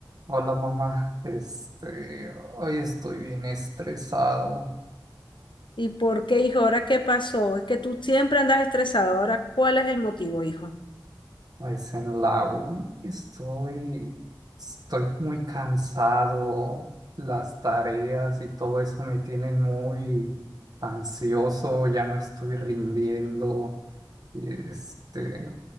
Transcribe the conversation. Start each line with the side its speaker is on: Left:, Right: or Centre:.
Right: Hola mamá, este, hoy estoy bien estresado,
Left: ¿Y por qué, hijo? ¿Ahora qué pasó? Es que tú siempre andas estresado. ¿Ahora cuál es el motivo, hijo?
Right: es en la uni, estoy, estoy muy cansado, las tareas y todo eso me tienen muy ansioso, ya no estoy rindiendo, este,